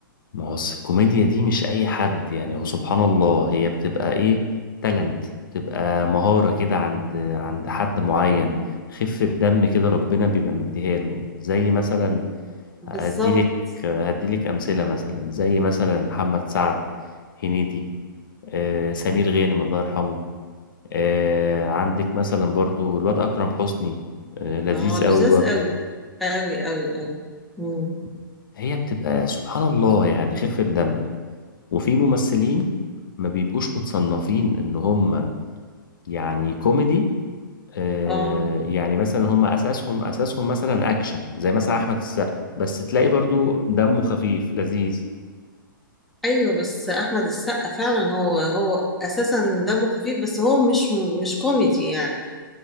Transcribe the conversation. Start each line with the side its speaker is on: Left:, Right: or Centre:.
Left: ما هو الس- الكوميديا دي مش اي حد يعني هو سبحان الله هي بتبقى ايه تالنت بتبقى مهارة كده عند عند حد معين خفة دم كده ربنا بيبقى مديها له زي مثلا
Centre: بالظبط
Left: هديلك هديلك أمثلة مثلا زي مثلا محمد سعد هنيدي آه، سمير غانم الله يرحمه آه، عندك مثلا برضو الواد أكرم حسني آه، لذيذ
Centre: اه لذيذ
Left: قوي برضو
Centre: قوي قوي قوي قوي امم
Left: هي بتبقى سبحان الله يعني خفة دم وفي ممثلين ما بيبقوش متصنفين إن هم يعني كوميدي آه،
Centre: اه
Left: يعني مثلا هم أساسهم أساسهم مثلا أكشن زي مثلا أحمد السقا بس تلاقي برضو دمه خفيف لذيذ
Centre: ايوه بس احمد السقا فعلا هو هو اساسا دمه خفيف بس هو مش مش كوميدي يعني